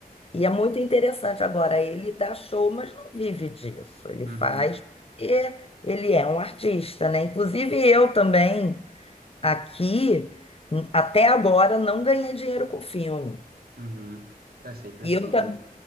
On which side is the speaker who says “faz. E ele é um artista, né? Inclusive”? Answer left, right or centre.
Left